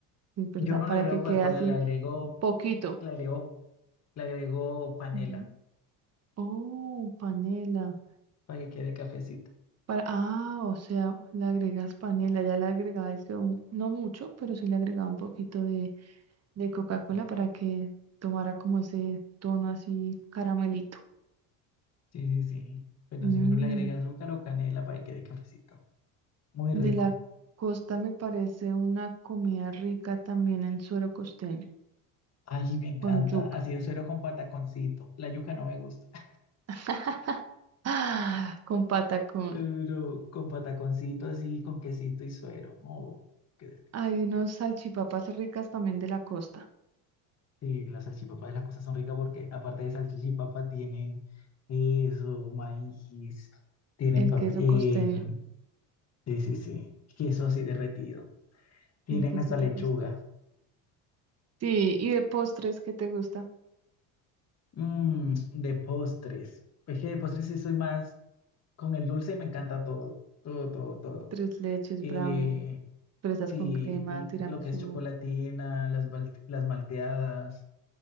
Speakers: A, on the right; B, on the left.
A: si es verdad,
B: Yo no
A: para
B: le agrego
A: que quede
B: Coca-Cola,
A: así
B: le agrego,
A: poquito.
B: le agrego, le agrego panela
A: Ujú. Oh, panela.
B: para que quede cafecito.
A: Para, ah, o sea, le agregas panela. Ya le agregaba, es que un- no mucho, pero sí le agregaba un poquito de de Coca-Cola para que tomara como ese tono así caramelito.
B: Sí, sí, sí. Pero
A: Mm,
B: si uno le agrega azúcar o canela para que quede cafecito. Muy
A: De
B: rico.
A: la costa me parece una comida rica también el suero costeño,
B: Ay, me encanta.
A: con yuca,
B: Así de suero con pataconcito. La yuca no me gusta. <laughs>
A: <laughs> ¡Ah! con patacón.
B: Pero con pataconcito así, con quesito y suero. Oh, qué delicia.
A: Hay unos salchipapas ricas también de la costa,
B: Sí, las salchipapas de las cosas son ricas porque aparte de salchichipapa tienen queso, maíz, tienen
A: el
B: papi...
A: queso
B: em,
A: costeño,
B: sí, sí, sí. Queso así derretido. Tienen
A: el quesito
B: hasta lechuga.
A: costeño. Sí, y de postres, ¿qué te gusta?
B: Mm, de postres. Es que de postres sí soy más... Con el dulce me encanta todo, todo, todo, todo.
A: Tres leches,
B: Y
A: brownie, fresas
B: sí,
A: con crema,
B: l-
A: tiramisú,
B: lo que es chocolatina, las, balte- las malteadas,